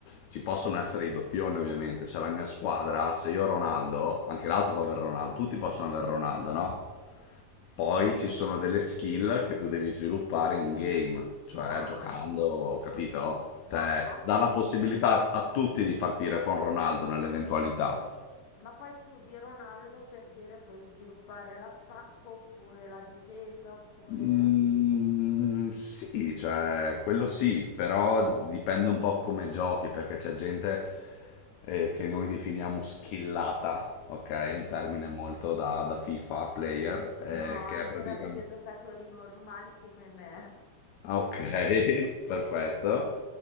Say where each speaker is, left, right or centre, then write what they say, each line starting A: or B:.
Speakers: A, on the left (about 80°); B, on the left (about 55°).
A: ci possono essere i doppioni, ovviamente. C'è la mia squadra, se io ho Ronaldo, anche l'altro può avere Ronaldo, tutti possono avere Ronaldo, no? Poi ci sono delle skill che tu devi sviluppare in game, cioè
B: Ah,
A: giocando, capito?
B: ma
A: Cioè,
B: anche
A: dà la
B: del...
A: possibilità
B: s-
A: a tutti di partire con Ronaldo nell'eventualità.
B: Ma poi tu di Ronaldo per dire puoi sviluppare l'attacco oppure la difesa, oppure...
A: Mm, sì, cioè quello sì, però dipende un po' come giochi, perché c'è gente eh, che noi definiamo skillata, ok?
B: Sì?
A: Un termine molto da, da FIFA player, eh,
B: No, anche
A: che è praticamente...
B: da videogiocatori normali come me.
A: Ah, ok, <laughs> perfetto.